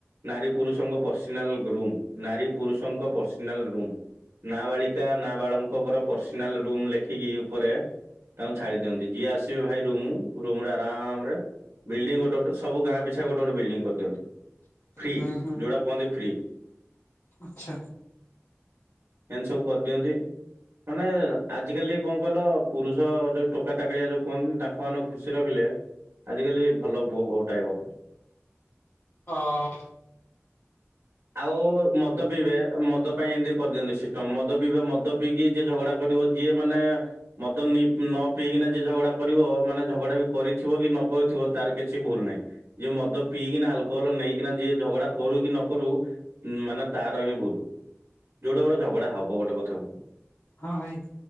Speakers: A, on the right; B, on the left.
A: ନାରୀ ପୁରୁଷଙ୍କ ପର୍ସନାଲ ରୁମ୍ ନାରୀ ପୁରୁଷଙ୍କ ପର୍ସନାଲ ରୁମ୍। ନାବାଳିକା ନାବାଳଙ୍କର ପର୍ସନାଲ ରୁମ ଲେଖିକି ଉପରେ ତାଙ୍କୁ ଛାଡି ଦିଅନ୍ତି ଯିଏ ଆସିବେ ଭାଇ ରୁମ ରୁମ ରେ ଆରାମ ରେ ବିଲଡିଙ୍ଗ ଗୋଟେ ଗୋଟେ ସବୁ ଗାଁ ପିଛା ଗୋଟେ ଗୋଟେ ବିଲଡିଙ୍ଗ କରିଦିଅନ୍ତି। ଫ୍ରି
B: ହୁଁ ହୁଁ
A: ଯେଉଟା କୁହନ୍ତି ଫ୍ରି।
B: ଆଚ୍ଛା।
A: ଏମତି ସବୁ କରିଦିଅନ୍ତି ମାନେ ଆଜିକାଲି କଣ କହିଲ ପୁରୁଷ ଯୋଉ ଟୋକା ଟାକଳିଆ ଯୋଉ କୁହନ୍ତି ତାଙ୍କ ମାନେ ଖୁସି ରଖିଲେ। ଆଜିକାଲି ଭଲ ବୋଉ ବୋତ ଟାଇବ।
B: ହଁ।
A: ଆଉ ମଦ ପିଇବେ। ମଦ ପାଇଁ ଏମିତି କରିଦିଅନ୍ତି ସିଷ୍ଟମ ମଦ ପିଇ ମଦ ପିଇକି ଯିଏ ଝଗଡା କରିବ ଯିଏ ମାନେ ମଦ ନି ନ ପିଇକିନା ଯେ ଝଗଡା କରିବ ମାନେ ଝଗଡା ବି କରିଥିବ କି ନ କରିଥିବ ତାର କିଛି ଭୁଲ ନାହିଁ। ଯିଏ ମଦ ପିଇକିନା ଆଲକୋହଲ ନେଇକିନା ଯିଏ ଝଗଡା କରୁ କି ନ କରୁ। ଉମ ମାନେ ତାର ହିଁ ଭୁଲ ଯୋଉଟା ଗୋଟେ ଝଗଡା ହବ ଗୋଟେ କଥାକୁ।
B: ହଁ ଭାଇ।